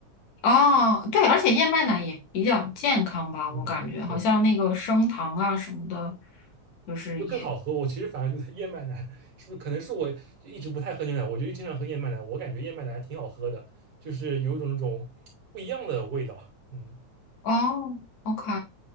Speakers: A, on the left; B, on the right.
A: 哦，对，而且燕麦奶也比较健康吧，
B: 嗯嗯，
A: 我感觉好像那个升糖啊什么的，
B: 对，
A: 就是也
B: 就更好喝。我其实反而觉得燕麦奶是不是可能是我就一直不太喝牛奶，我就经常喝燕麦奶，我感觉燕麦奶还挺好喝的，就是有一种那种不一样的味道。嗯
A: 哦，OK，